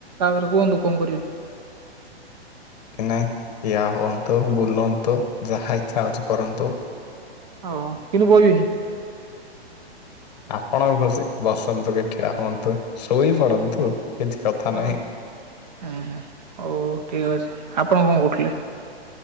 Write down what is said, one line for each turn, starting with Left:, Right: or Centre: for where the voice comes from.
Right: ତାପରେ କୁହନ୍ତୁ କଣ କରିବେ? <inaudible>
Left: ନାଇଁ ପିଆ ହୁଅନ୍ତୁ ବୁଲନ୍ତୁ ଯାହା ଇଚ୍ଛା ହଉଛି କରନ୍ତୁ।
Right: ଓ କିନ୍ତୁ ବହିବିନି।
Left: ଆପଣ ବି ଖୁସି। ବସନ୍ତୁ କି ଠିଆ ହୁଅନ୍ତୁ ଶୋଇ ପଡନ୍ତୁ
Right: ହଁ
Left: କିଛି କଥା
Right: ହଁ
Left: ନାହିଁ।
Right: ହୁଁ ହଉ ଠିକ ଅଛି ଆପଣ କଣ କରହୁଥିଲେ।